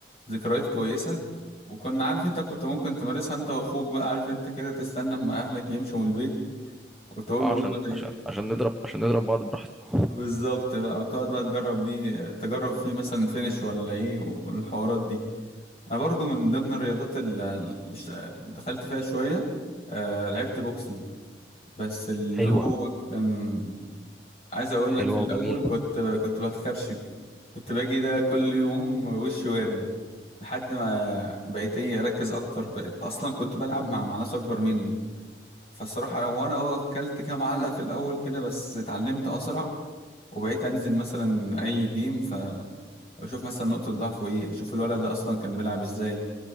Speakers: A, on the left (about 35°); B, in the centre.
A: ذكريات كويسة وكنا عارف انت كنت ممكن تمارسها انت واخوك بقى عارف انت كده تستنى اما اهلك يمشوا من البيت وتقول
B: اه
A: له
B: عشان
A: بقى مثلا
B: عشان
A: ايه
B: عشان نضرب عشان نضرب بعض براحتنا
A: بالظبط بقى وتقعد بقى تجرب بيه تجرب فيه مثلا فينش ولا ايه والحوارات دي انا برضو من ضمن الرياضات اللي اللي ش- دخلت فيها شوية آه لعبت بوكسينج بس اللي
B: حلوة
A: هو كان عايز اقول
B: حلوة
A: لك في الاول
B: وجميلة
A: كنت كنت بتخرشم كنت باجي ده كل يوم وشي وارم لحد ما بقيت ايه اركز اكتر بقيت اصلا كنت بلعب مع مع ناس اكبر مني فالصراحه هو انا اه اكلت كام علقه في الاول كده بس اتعلمت اسرع وبقيت انزل مثلا اي جيم فاشوف مثلا نقطه ضعفه ايه اشوف الولد ده اصلا كان بيلعب ازاي